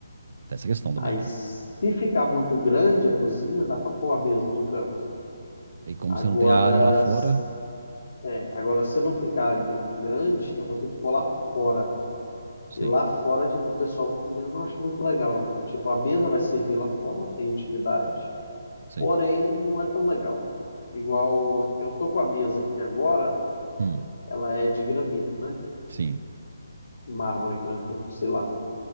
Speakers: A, on the right; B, on the left.
A: tem essa questão também,
B: Aí,
A: né?
B: se ficar muito grande a cozinha, dá para pôr a mesa no canto.
A: E como
B: Agora,
A: você não tem a área lá fora,
B: s- é, agora se não ficar gr- grande, eu vou ter que pôr lá fora.
A: sim,
B: E lá fora, tipo, o pessoal comendo, eu não acho muito legal. Tipo, a mesa vai servir lá fora, tem utilidade.
A: sim,
B: Porém, não é tão legal. Igual, eu tô com a mesa aqui agora,
A: hum,
B: ela é de granito, né?
A: sim,
B: Mármore, granito, sei lá.